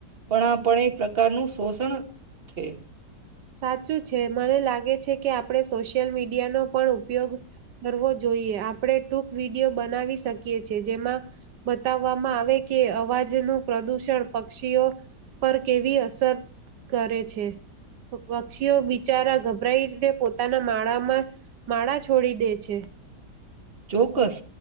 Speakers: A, on the right; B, on the right.
A: પણ આ પણ એક પ્રકારનું શોષણ થે.
B: સાચું છે. મને લાગે છે કે આપણે સોશિયલ મીડ ડિયા નો પણ ઉપયોગ કરવો જ જોઈએ. આપણે ટૂંક વિડિયો બનાવી શકીએ છે, જેમાં બતાવવામાં આવે કે અવાજનું પ્રદુષણ પક્ષીઓ પર કેવી અસર કરે છે. પ પક્ષીઓ બિચારા ગભરાઈને પોતાના માળામાં માળા છોડી દે છે.
A: ચોક્કસ.